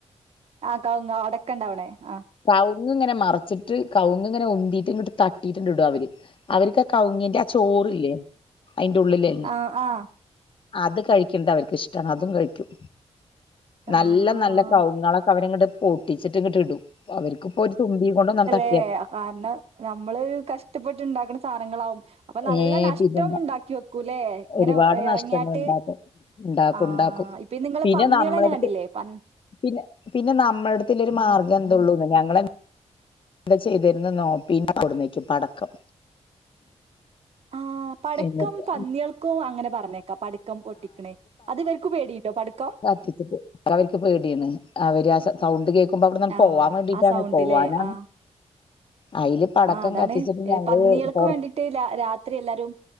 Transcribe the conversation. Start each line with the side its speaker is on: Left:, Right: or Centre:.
Right: ആ കൗങ്ങ് അടക്ക ഇണ്ടാവ്ണെ ആ
Left: കവുങ് ഇങ്ങനെ മർച്ചിട്ട് കവുങ്ങ് ഇങ്ങനെ ഉന്തിയിട്ട് ഇങ്ങട്ട് തട്ടിയിട്ടിടും അവര് അവര്ക്ക് കൗങ്ങിന്റെ ആ ചോറില്ലേ അയിന്റെ ഉള്ളിലെ
Right: ആ ആ
Left: അത് കഴിക്ക്‌ൺത് അവര്ക്ക് ഇഷ്ടാണ് അതും കഴിക്കും
Right: ആ
Left: നല്ല നല്ല കവുങ്ങാളൊക്കെ അവരങ്ങട് പൊട്ടിച്ട്ട് ഇങ്ങട്ട് ഇടും അവര്ക്ക്‌ ഇപ്പോ ഒരു തുമ്പിയും കൊണ്ട <unintelligible>
Right: ഏയ് ആന് നമ്മള് കഷ്ടപ്പെട്ട് ഇണ്ടാക്കുന്ന സാധനങ്ങളാവും അപ്പൊ നല്ല
Left: ഏഹ്
Right: നഷ്ട്ടം
Left: പിന്നെന്താ
Right: ഉണ്ടാക്കി വെക്കൂല്ലെ ഇങ്ങനെ
Left: ഒരുപാട് നഷ്ടങ്ങൾ
Right: എറങ്ങിയാട്ട്
Left: ഉണ്ടാക്കും ഉണ്ടാക്കും
Right: ആ
Left: ഉണ്ടാക്കും
Right: ഇപ്പ നിങ്ങള്
Left: പിന്നെ
Right: പന്നികൾ
Left: നമ്മളടുത്ത്
Right: തന്നെ കണ്ടില്ലേ പ
Left: പിന്നെ പിന്നെ നമ്മടത്തൊരു മാർഗ്ഗം എന്ത്‌ ഉള്ളൂന്ന് ഞങ്ങള് - എന്താ ചെയ്തിരുന്നന്നോ പിന്നെ കൊണ്ട് വന്ന് വെക്കും പടക്കം
Right: ആഹ് പടക്കം
Left: എന്നിട്ട്
Right: പന്നികൾക്കും അങ്ങനെ പറഞ്ഞേക്കാം പടക്കം പൊട്ടിക്കണേ അത് ഇവർക്കും പേടിയുണ്ടോ പടക്കം
Left: കാത്തിട്ടിട്ട് അവർക്ക് പേടിണ് അവര് ആ സൗണ്ട് കേൾക്കുമ്പോ അവിടെ അങ്ങ്
Right: ആഹ്
Left: പോവാൻ വേണ്ടിട്ടാണ്
Right: ആ സൗണ്ട്ല്ലേ
Left: പോവാനാണ്
Right: ആ
Left: അയില് പടക്കം
Right: ആഹ് അതാണ്
Left: കത്തിച്ചിട്ട് ഞങ്ങള്
Right: പന്നികൾക്ക്
Left: പൊറ
Right: വേണ്ടിട്ട് രാത്രി എല്ലാരും-